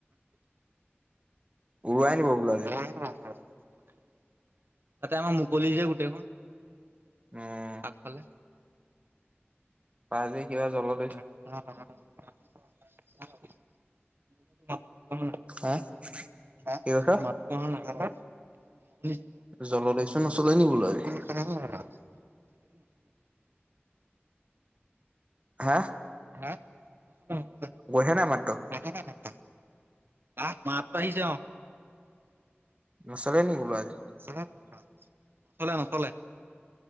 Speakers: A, on the right (about 30°); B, on the right (about 60°).
A: উৰুৱাই নিব বোলো আজি।
B: তাতে আমাৰ মুকলি যে গোটেইখন।
A: উম।
B: আগফালে?
A: পাৰ যদি কিবা জল
B: <inaudible> <inaudible>
A: হা কি কৈছ জলদৈসু নচলে নি বোলো আজি?
B: <inaudible> <inaudible>
A: হা?
B: <inaudible>
A: গৈছে নাই মাতটো?
B: <unintelligible> হা মাততো আহিছে অ'।
A: নচলে নেকি বোলো আজি?
B: <unintelligible> নচলে নচলে।